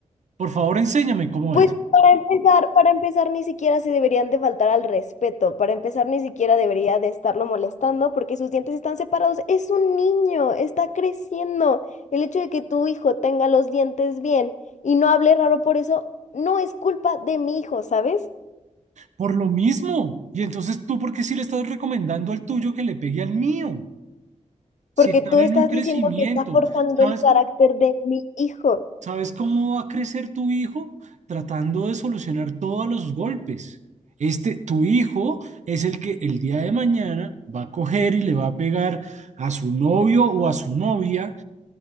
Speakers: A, on the right (about 70°); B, on the left (about 70°).
A: Por favor, enséñame cómo
B: Pues
A: es.
B: para empezar, para empezar ni siquiera se deberían de faltar al respeto, para empezar ni siquiera debería de estarlo molestando porque sus dientes están separados. Es un niño, está creciendo. El hecho de que tu hijo tenga los dientes bien y no hable raro por eso, no es culpa de mi hijo, ¿sabes?
A: Por lo mismo. Y entonces, ¿tú por qué sí le estás recomendando al tuyo que le pegue al mío? Si
B: Porque
A: están
B: tú
A: en
B: estás
A: un crecimiento,
B: diciendo que estás forjando
A: ¿sabes
B: el carácter
A: cómo?
B: de mi hijo
A: ¿Sabes cómo va a crecer tu hijo? Tratando de solucionar todos los golpes. Este, tu hijo es el que el día de mañana va a coger y le va a pegar a su novio o a su novia,